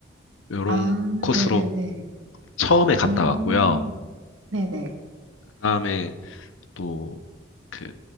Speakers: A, on the left (about 85°); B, on the right (about 75°).
A: 요런
B: 아,
A: 코스로
B: 네네네.
A: 처음에 갔다
B: 음,
A: 왔고요.
B: 네네.
A: 그다음에 또 그